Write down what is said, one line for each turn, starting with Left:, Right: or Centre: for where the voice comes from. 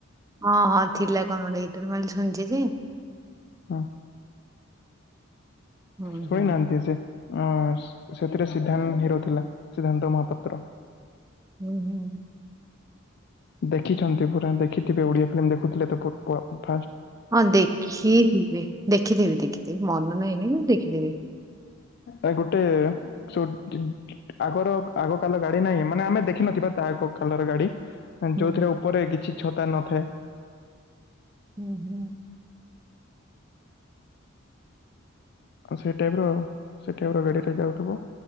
Right: ହଁ ହଁ ଥିଲା କଣ ଗୋଟେ ଗୀତଟେ ମୁ ଶୁଣିଛି ଯେ।
Left: ହଁ।
Right: ହୁଁ,
Left: ଶୋଇନାହାନ୍ତି
Right: ହୁଁ,
Left: ସେ ଅ ସେଥିରେ ସିଦ୍ଧାନ୍ତ ହିରୋ ଥିଲା ସିଦ୍ଧାନ୍ତ ମହାପାତ୍ର।
Right: ହୁଁ ହୁଁ।
Left: ଦେଖିଛନ୍ତି ପୁରା ଦେଖିଥିବେ ଓଡିଆ ଫିଲ୍ମ ଦେଖୁଥିଲେ ତ ପୁ ପୁରା ଫାଷ୍ଟ୍।
Right: ହଁ ଦେଖିଥିବି ଦେଖିଥିବି ଦେଖିଥିବି ମନ ନାହିଁ ନାଇଁ ମୁଁ ଦେଖିଥିବି।
Left: ଆ ଗୋଟେ ଯୋଉ ଚ ଆଗର ଆଗ କାଲ ଗାଡି ନାହିଁ ମାନେ ଆମେ ଦେଖିନଥିବା ତା ଆଗ କାଲର ଗାଡି।
Right: ହୁଁ,
Left: ଯୋଉଥିରେ ଉପରେ କିଛି ଛତା ନଥାଏ।
Right: ହୁଁ ହୁଁ।
Left: ସେଇ ଟାଇମ ରୁ ଆଉ ସେ ଟାଇପ ର ଗାଡିଟା ଯାଉଥିବ